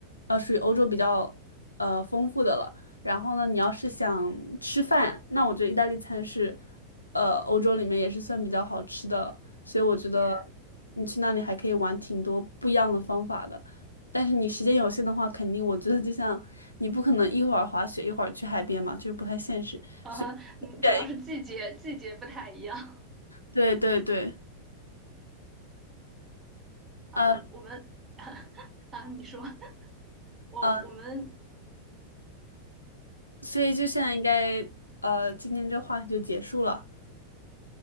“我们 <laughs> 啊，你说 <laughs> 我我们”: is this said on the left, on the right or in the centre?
Right